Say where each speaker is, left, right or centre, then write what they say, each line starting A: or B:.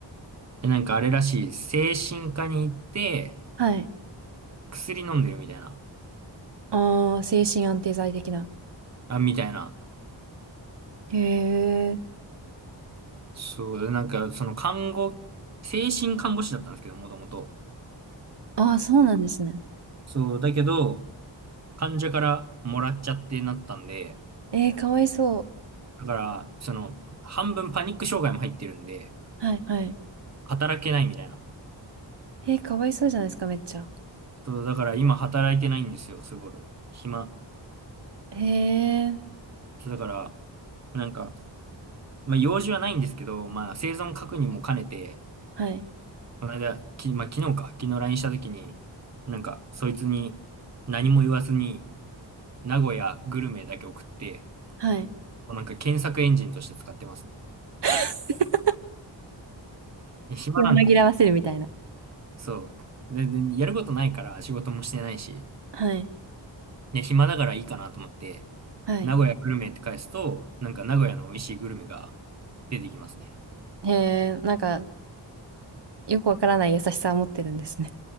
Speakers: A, on the right (about 35°); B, on the right (about 60°).
A: で、なんかあれらしい、精神科に行って、
B: はい。
A: 薬飲んでるみたいな、
B: ああ、精神安定剤的な。
A: あ、みたいな。
B: へえ。
A: そう、なんかその看護、精神看護師だったんですけど、もともと。
B: ああ、そうなんですね。
A: そう、だけど、患者からもらっちゃってなったんで、
B: ええかわいそ
A: だから、その、半分パニック障害も入ってるんで、
B: う。はい、はい。
A: 働けないみたいな。
B: ええかわいそうじゃないですか、めっちゃ。
A: そう、だから今働いてないんですよ、すごい。暇。
B: へえ。
A: そう、だから、なんか、まあ、用事はないんですけど、まあ、生存確認も兼ねて、
B: はい。
A: この間、き、まあ、昨日か、昨日 LINE したときに、なんか、そいつに何も言わずに、名古屋グルメだけ送って、
B: はい。
A: もうなんか検索エンジンとして使ってますね。
B: <laughs>
A: で暇なんで、
B: 気を紛らわせるみたいな。
A: そう。で、でやることないから仕事もしてないし、
B: はい。
A: で、暇だからいいかなと思って、
B: はい。
A: 名古屋グルメって返すと、なんか名古屋の美味しいグルメが出てきますね。
B: へえ、なんか、よくわからない優しさを持ってるんですね。